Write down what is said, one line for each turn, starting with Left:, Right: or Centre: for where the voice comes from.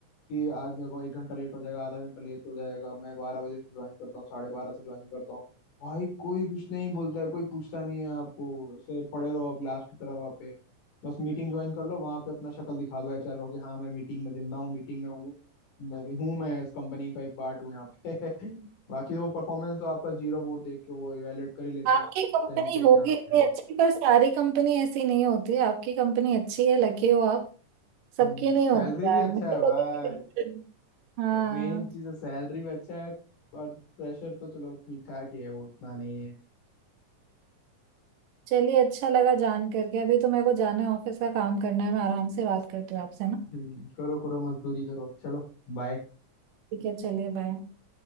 Left: कि आज मेरे को एक घंटा लेट हो जाएगा आधा घंटा लेट हो जाएगा मैं बारह बजे से ज्वाइन करता हूँ साढ़े बारह से ज्वाइन करता हूँ भाई कोई कुछ नहीं बोलता है कोई पूछता नहीं है आपको ऐसे पड़े रहो आप लास्ट की तरफ वहाँ पे बस मीटिंग ज्वाइन कर लो वहाँ पे अपना शक्ल दिखा दो एचआर को कि हाँ मैं मीटिंग में जिंदा हूँ मीटिंग में हूँ मैं भी हूँ मैं इस कंपनी का एक पार्ट हूँ यहाँ पे <laughs> बाकी वो परफॉर्मेंस तो आपका जीरो बोर्ड देख के वो इवेलुएट कर ही लेते
Right: आपकी
Left: हैं कि किस
Right: कंपनी
Left: टाइम पे
Right: होगी
Left: क्या
Right: इतनी
Left: है
Right: अच्छी पर सारी कंपनी ऐसी नहीं होती आपकी कंपनी अच्छी है लकी हो आप सबकी
Left: हम्म
Right: नहीं
Left: सैलरी
Right: होती यार
Left: भी अच्छा
Right: मैं तो
Left: है भाई
Right: कभी भी नहीं- हाँ
Left: मेन चीज है सैलरी भी अच्छा है और प्रेशर तो चलो ठीक ठाक ही है वो उतना नहीं है
Right: चलिए अच्छा लगा जान करके अभी तो मेरे को जाना है ऑफिस का काम करना है मैं आराम से बात करती हूँ आपसे ना
Left: हम्म करो करो मजदूरी करो चलो बाय
Right: ठीक है चलिए बाय